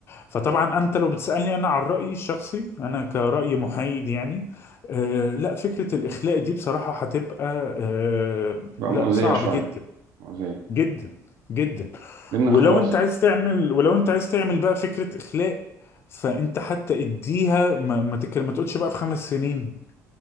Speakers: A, on the left; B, on the right.
A: فطبعا انت لو بتسالني انا عن رايي الشخصي انا كراي محايد يعني آه لا فكره الاخلاء دي بصراحه هتبقى آه
B: بقى
A: لا
B: مؤذية
A: صعب
B: شوية
A: جدا
B: مؤذية
A: جدا جدا
B: لأن
A: ولو
B: خلاص
A: انت عايز تعمل ولو انت عايز تعمل بقى فكره اخلاء فانت حتى اديها ما ما, تك... ما تقولش بقى في خمس سنين